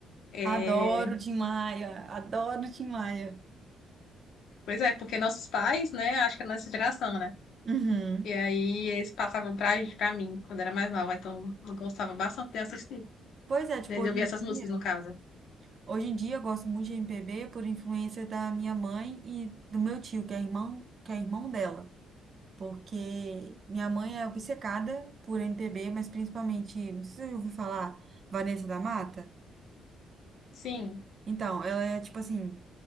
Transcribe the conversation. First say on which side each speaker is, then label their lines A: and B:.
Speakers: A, on the left; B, on the right.
A: é,
B: Adoro Tim Maia. Adoro Tim Maia.
A: Pois é, porque nossos pais, né? Acho que é nossa geração, né?
B: Uhum.
A: E aí eles passavam pra, pra mim quando era mais nova. Então eu gostava bastante de assistir,
B: Pois é, tipo,
A: de
B: hoje
A: ouvir
B: em
A: essas
B: dia,
A: músicas, no caso.
B: hoje em dia eu gosto muito de MPB por influência da minha mãe e do meu tio, que é irmão, que é irmão dela. Porque minha mãe é obcecada por MPB, mas principalmente, não sei se você já ouviu falar, Vanessa da Mata?
A: Sim,
B: Então, ela é tipo assim,